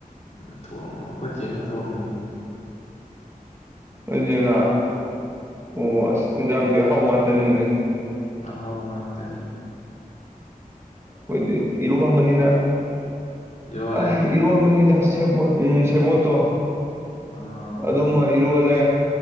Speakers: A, on the left; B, on the right.
A: ꯑꯩꯈꯣꯏ ꯆꯦꯠꯅ ꯊꯣꯡꯉꯤ
B: ꯖꯤꯅ ꯄꯣꯏꯁ ꯌꯥꯡꯗꯤ ꯑꯍꯥꯎ ꯋꯥꯟꯇꯅꯤꯡꯅꯦ
A: ꯑꯍꯥꯎ ꯉꯥꯛꯇꯅꯦ
B: ꯑꯩꯣꯏꯗꯤ ꯏꯔꯣ ꯍꯟꯕꯅꯤꯅ
A: ꯏꯔꯣꯜꯂꯦ
B: ꯑ ꯏꯔꯣꯟꯕꯅꯤꯗ ꯕ ꯎꯝ ꯁꯦꯕꯠꯇꯣ
A: ꯑꯣ
B: ꯑꯗꯨ ꯑꯗꯨ ꯂꯣꯜꯂꯦ